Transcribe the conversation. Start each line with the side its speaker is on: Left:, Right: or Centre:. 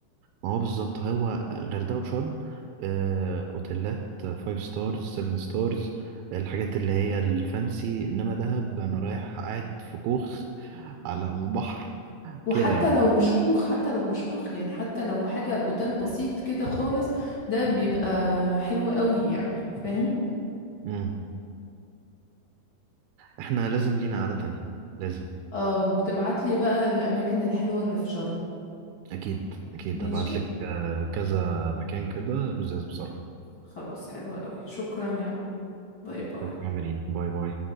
Right: ما هو بالظبط هو غردقة وشرم آه، أوتيلات فايف ستارز سيفن ستارز الحاجات اللي هي الفانسي إنما دهب أنا رايح قاعد في كوخ على البحر
Left: وحتى
Right: كده يعني
Left: لو مش كوخ حتى لو مش كوخ يعني حتى لو حاجة اوتيل بسيط كده خالص ده بيبقى حلو قوي يعني فاهم
Right: مم. إحنا لازم لينا قعدة تانية لازم
Left: اه وتبعتلي بقى الاماكن الحلوة اللي في شرم
Right: اكيد اكيد
Left: ماشي
Right: ابعت لك آه، كذا مكان كده لزاز بصراحه
Left: خلاص حلوة قوي شكرا يا باي باي
Right: اوكي عاملين باي باي